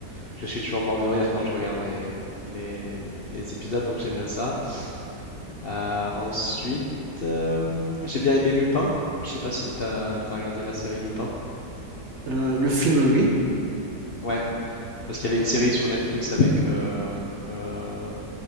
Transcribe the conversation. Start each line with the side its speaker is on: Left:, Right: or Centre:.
Left: je suis toujours mort de rire quand je regarde les les, les épisodes donc j'aime bien ça. Euh, ensuite euh, j'ai bien aimé Lupin. Je sais pas si t'as t'as regardé la série Lupin.
Right: Euh, le film, oui.
Left: Ouais, parce qu'il y avait une série sur Netflix avec euh, euh,